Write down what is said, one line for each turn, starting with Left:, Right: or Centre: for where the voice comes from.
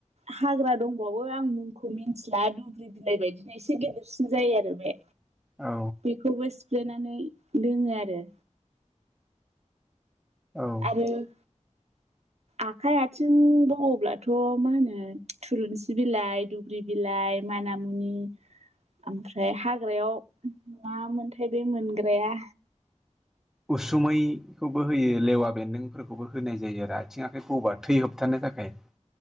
Right: हाग्रा दंबावो आं मुंखौ मिन्थिला दुब्रि बिलाइ बायदिनो एसे गेदेरसिन जायो आरो बे
Centre: औ
Right: बेखौबो सिफ्लेनानै लोङो आरो
Centre: औ
Right: ओम आखाइ आथिं बौवोब्लाथ' मा होनो थुलुनसि बिलाइ दुब्रि बिलाइ मानामुनि ओमफ्राय हाग्रायाव मा मोनथाय बे मोनग्राया
Centre: उसुमैखौबो होयो लेवा बेन्दोंफोरखौबो होनाय जायो आरो आथिं आखाइ बौबा थै होबथानो थाखाय